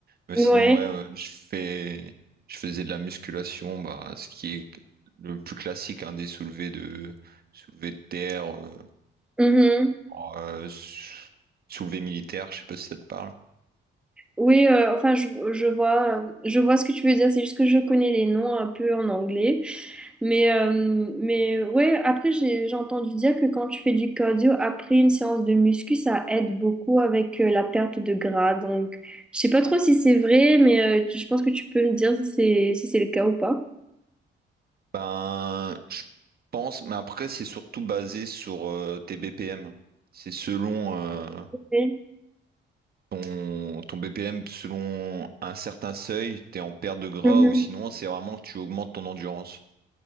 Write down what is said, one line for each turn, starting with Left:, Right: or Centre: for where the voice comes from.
Right: Mais
Centre: Ouais.
Right: sinon, ouais, euh, je fais, je faisais de la musculation, bah, ce qui est le plus classique, hein, des soulevés de, soulevés de terre, euh,
Centre: Mhm.
Right: oh, euh, sou- soulevés militaires, je sais pas si ça te parle.
Centre: Oui, euh, enfin, je, je vois, je vois ce que tu veux dire. C'est juste que je connais les noms un peu en anglais. Mais, euh, mais ouais, après, j'ai, j'ai entendu dire que quand tu fais du cardio, après une séance de muscu, ça aide beaucoup avec euh, la perte de gras. Donc, je sais pas trop si c'est vrai, mais euh, tu- je pense que tu peux me dire si c'est, si c'est le cas ou pas.
Right: Ben, je pense, mais après, c'est surtout basé sur euh, tes BPM. C'est selon euh,
Centre: Oui.
Right: ton, ton BPM, selon un certain seuil, t'es en perte de gras
Centre: Mhm.
Right: ou sinon, c'est vraiment que tu augmentes ton endurance.